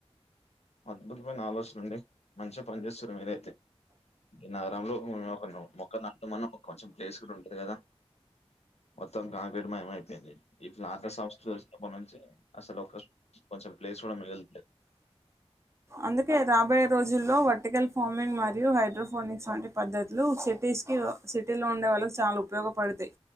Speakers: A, on the left (about 75°); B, on the right (about 25°).
A: అద్భుతమైన ఆలోచన ఉండి మంచిగా పని చేస్తురు మీరైతే నగరంలో మొక్క నాడుమన్న కొంచెం ప్లేస్ కూడా ఉంటది కదా మొత్తానికి కాంక్రీట్ మైమైపోయింది ఈ ఫ్లాత సంస్కృతి వచ్చినప్పడ్నుంచి నుంచి అసలు ఒక కొంచెం ప్లేస్ కూడా మిగలట్లేదు
B: అందుకే రాబోయే రోజుల్లో వర్టికల్ ఫార్మింగ్ మరియు హైడ్రోఫోనిక్స్ వంటి పద్ధతులు సిటీస్ కి సిటీలో ఉండే వాళ్ళకి చాలా ఉపయోగపడతాయ్